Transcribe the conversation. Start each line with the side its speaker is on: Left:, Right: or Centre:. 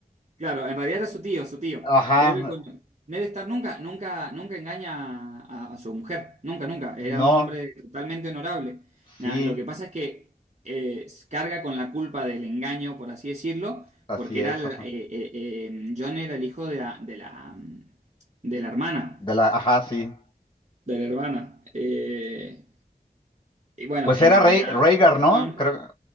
Right: claro, en realidad era su tío, su tío.
Left: Ajá,
Right: Vuelve con... Ned Stark nunca, nunca, nunca engaña a, a su mujer, nunca, nunca. Era
Left: no,
Right: un hombre totalmente honorable. Na-
Left: sí,
Right: lo que pasa es que eh, carga con la culpa del engaño, por así decirlo,
Left: así
Right: porque
Left: es,
Right: era el-
Left: ajá.
Right: eh, eh, eh, Jon era el hijo de la, de la, de la hermana,
Left: De la, ajá, sí.
Right: de la hermana. Eh, y bueno,
Left: Pues
Right: en
Left: era
Right: realidad,
Left: Rey, Rhaegar, ¿no?
Right: John...
Left: Creo,